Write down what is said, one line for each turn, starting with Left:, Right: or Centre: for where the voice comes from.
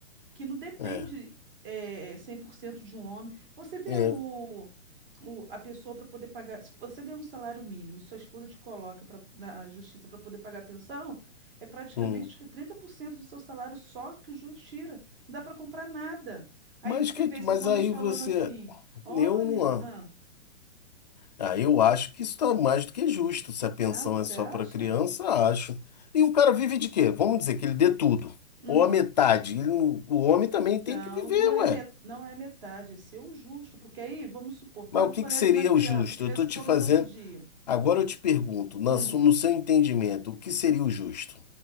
Right: que não depende
Left: É,
Right: é, 100% de um homem. Você vê
Left: é,
Right: o, o- a pessoa para poder pagar. Se você ganha um salário mínimo e sua esposa te coloca pra- na justiça para poder pagar a pensão, é praticamente
Left: hum.
Right: acho que 30% do seu salário só que o juiz tira. Não dá para comprar nada. Aí
Left: Mas,
Right: você
Left: que,
Right: vê esses
Left: mas
Right: homens
Left: aí
Right: falando
Left: você.
Right: assim: olha,
Left: Eu não. a-
Right: ah,
Left: Ah, eu acho que isso está mais do que justo. Se a pensão
Right: ah, você
Left: é só
Right: acha?
Left: para criança, acho. E o cara vive de quê? Vamos dizer que ele dê tudo.
Right: Hum.
Left: Ou a metade. Ele não- o homem também
Right: Não,
Left: tem que viver,
Right: não é,
Left: ué.
Right: met- não é metade, é seu justo, porque aí, vamos supor, paga
Left: Mas o
Right: o
Left: que,
Right: colégio
Left: que seria
Right: de uma criança,
Left: o justo?
Right: a criança
Left: Eu estou
Right: come
Left: te fazendo.
Right: todo dia.
Left: Agora eu te pergunto, na
Right: Hum,
Left: su- no seu entendimento, o que seria o justo?